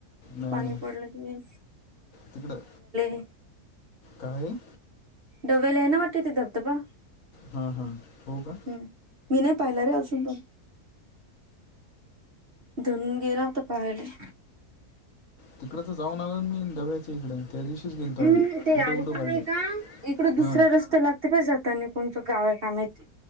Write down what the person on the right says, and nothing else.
पाणी
पडलं की
<unintelligible>
डबल आहे, ना वाटते ते धबधबा.
हम्म. मी नाही पाहिला रे अजून पण. धनु गेला होता. पाहिलंय.
हम्म.
ते
अलीकडे
नाही का?
दुसरा रस्ता लागतो, जातानी कोणचं? गाव आहे का माहिती?